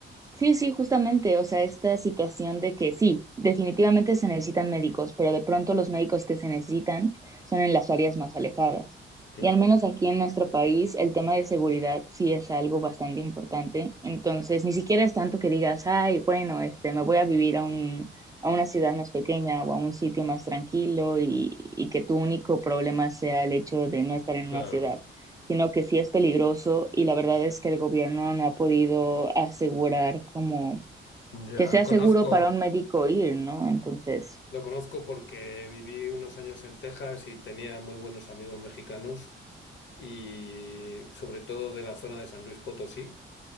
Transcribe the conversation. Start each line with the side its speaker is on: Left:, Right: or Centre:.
Right: sí, sí, justamente, o sea, esta situación de que sí, definitivamente se necesitan médicos, pero de pronto los médicos que se necesitan son en las áreas más alejadas.
Left: Claro,
Right: Y al menos aquí en nuestro país, el tema de seguridad sí es algo bastante importante. Entonces, ni siquiera es tanto que digas, ay, bueno, este, me voy a vivir a un, a una ciudad más pequeña o a un sitio más tranquilo y, y que tu único problema sea el hecho de no estar en
Left: claro.
Right: una ciudad sino que sí es peligroso y la verdad es que el gobierno no ha podido asegurar como
Left: Ya
Right: que sea
Left: conozco.
Right: seguro para un médico ir, ¿no? Entonces,
Left: lo conozco porque viví unos años en Texas y tenía muy buenos amigos mexicanos y sobre todo de la zona de San Luis Potosí